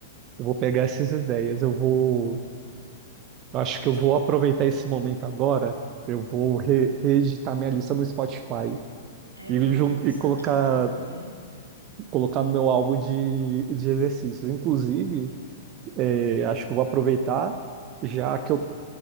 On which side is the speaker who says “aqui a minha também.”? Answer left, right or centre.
Right